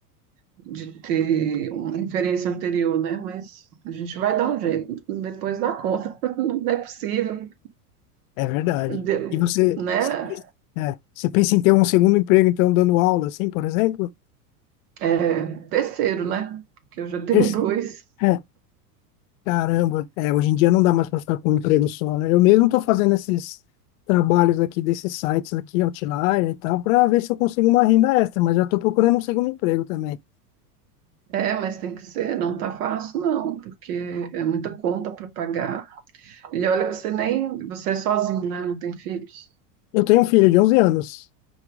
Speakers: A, on the right; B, on the left.
A: de ter uma referência anterior, né? Mas a gente vai dar um jeito, depois dá conta. <laughs> Não é possível,
B: É verdade.
A: de-
B: E você,
A: né?
B: você, pensa- é, você pensa em ter um segundo emprego, então, dando aula, assim, por exemplo?
A: É, terceiro, né? Porque eu já tenho
B: Esse-
A: <laughs> dois.
B: É, caramba, é, hoje em dia não dá mais para ficar com um emprego só, né? Eu mesmo estou fazendo esses trabalhos aqui desses sites aqui, Outlier e tal, para ver se eu consigo uma renda extra, mas já estou procurando um segundo emprego também.
A: É, mas tem que ser, não tá fácil não, porque é muita conta para pagar. E olha que você nem, você é sozinho, né? Não tem filhos.
B: Eu tenho um filho de onze anos,